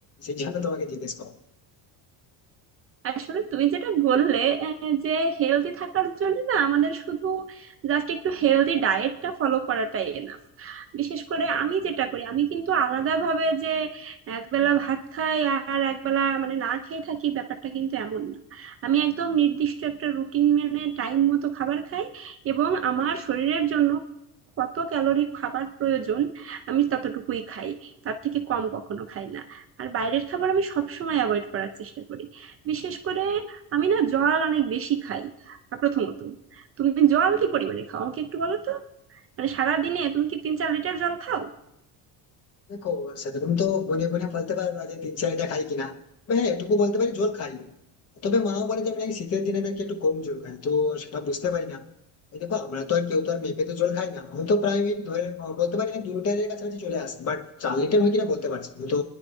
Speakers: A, on the left; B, on the right.
A: সেই জন্য তোমাকে জিজ্ঞেস করা
B: আসলে তুমি যেটা বললে আহ, যে হেলদি থাকার জন্য না আমাদের শুধু জাস্ট একটু হেলদি ডায়েটটা ফলো করাটাই এনাফ বিশেষ করে আমি যেটা করি আমি কিন্তু আলাদাভাবে যে একবেলা ভাত খাই আর একবেলা মানে না খেয়ে থাকি ব্যাপারটা কিন্তু এমন না আমি একদম নির্দিষ্ট একটা রুটিন মেনে টাইম মতো খাবার খাই এবং আমার শরীরের জন্য কত ক্যালোরি খাবার প্রয়োজন আমি ততটুকুই খাই তার থেকে কম কখনো খাই না আর বাইরের খাবার আমি সবসময় অ্যাভয়েড করার চেষ্টা করি বিশেষ করে আমি না জল অনেক বেশি খাই আহ প্রথমত তুমি জল কি পরিমাণে খাও আমাকে একটু বলো তো মানে সারাদিনে তুমি কি তিন চার লিটার জল খাও
A: দেখো সেরকম তো গুনে গুনে বলতে পারবো না যে তিন চারটা খাই কিনা তবে হ্যাঁ এটুকু বলতে পারি জল খাই তবে মাও বলে যে আমি নাকি শীতের দিনে নাকি একটু কম জল খাই তো সেটা বুঝতে পারি না এই দেখো আমরা তো আর কেউ তো আর মেপে তো জল খাই না আমি তো প্রায় ওই ধরে আহ, বলতে পারি না দু লিটারের কাছাকাছি চলে আসি বাট চার লিটার হয় কিনা বলতে পারছি না। তো